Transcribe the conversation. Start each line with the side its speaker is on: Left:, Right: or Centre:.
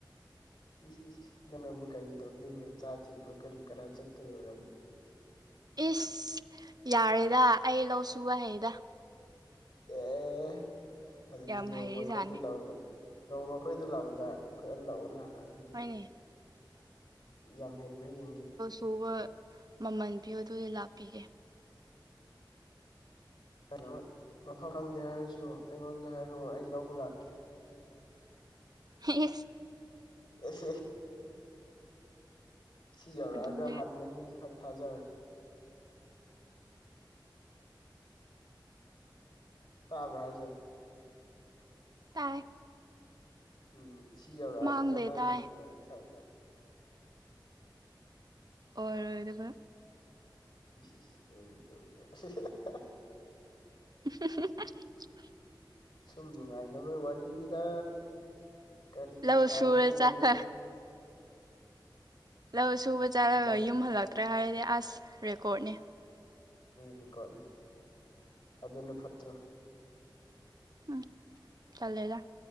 Left: ꯏꯁꯤ ꯅꯅꯕꯨ ꯀꯔꯤ ꯇꯧꯗꯣꯏꯅꯣ ꯆꯥ ꯊꯦꯡꯕ ꯀꯔꯤ ꯀꯔꯥ ꯆꯠꯇꯣꯏ ꯑꯣꯏꯔꯝꯃꯤ
Right: ꯏꯁ ꯌꯥꯔꯦꯗ ꯑꯩ ꯂꯧ ꯁꯨꯕ ꯍꯌꯦꯗ
Left: ꯑꯦ ꯑꯗꯨꯗꯤ
Right: ꯌꯥꯝ
Left: ꯅꯣꯡꯃ
Right: ꯍꯩꯔꯤꯖꯥꯠꯅꯤ
Left: ꯑꯩꯈꯣꯏꯗ ꯂꯧꯗ ꯅꯣꯡꯃꯈꯣꯏꯗ ꯂꯥꯛꯑꯣꯗ ꯑꯩꯈꯣꯏ ꯍꯟꯂꯛꯑꯣꯅ ꯑꯗꯨꯗꯤ
Right: ꯍꯣꯏꯅꯦ
Left: ꯌꯥꯝ ꯍꯩꯕ꯭ꯔꯥ ꯌꯦꯡꯒꯦ
Right: <unintelligible> ꯃꯃꯟꯕꯤꯌꯣ ꯑꯗꯨꯗ ꯂꯥꯛꯄꯤꯒꯦ
Left: <unintelligible> ꯃꯐꯝ ꯈꯪꯗꯦ ꯍꯥꯏꯔꯁꯨ ꯑꯩꯉꯣꯟꯗ ꯍꯥꯏꯔꯛꯑꯣ ꯑꯩ ꯂꯧꯕ ꯂꯥꯛꯀꯦ
Right: <unintelligible>
Left: <unintelligible> ꯁꯤ ꯌꯧꯔꯛꯑꯒ
Right: ꯑꯗꯨꯗꯤ
Left: ꯍꯟꯒꯅꯤꯗꯤ ꯈꯔ ꯊꯥꯖꯔ ꯇꯥꯕꯍꯥꯖꯦ
Right: ꯇꯥꯏ
Left: ꯎꯝ ꯁꯤ ꯌꯧꯔꯛꯑꯒ
Right: ꯃꯥꯡꯗꯦ
Left: ꯅꯪ
Right: ꯇꯥꯏ
Left: ꯍꯟꯕꯗꯤ <unintelligible>
Right: ꯑꯣꯏꯔꯣꯏꯗꯒ
Left: <unintelligible>
Right: <unintelligible>
Left: ꯁꯨꯝ ꯅꯨꯡꯉꯥꯏꯅꯕ ꯋꯥꯔꯤꯅꯤꯗ ꯀꯔꯤꯕꯨ
Right: ꯂꯧ
Left: ꯁꯥꯔꯨꯅꯤ
Right: ꯁꯨꯔ ꯆꯠꯂ
Left: ꯋꯥꯔꯤꯕꯨ
Right: ꯂꯧ ꯁꯨꯕ ꯆꯠꯂꯒ
Left: ꯂꯧ
Right: ꯌꯨꯝ ꯍꯜꯂꯛꯇ꯭ꯔꯦ ꯍꯥꯏꯔꯗꯤ ꯑꯁ ꯔꯦꯀꯣꯔꯠꯅꯤ
Left: ꯔꯤꯀꯣꯔꯠꯅꯤ ꯑꯗꯨꯅ ꯐꯠꯇ꯭ꯔꯣ
Right: ꯎꯝ ꯆꯜꯂꯦꯗ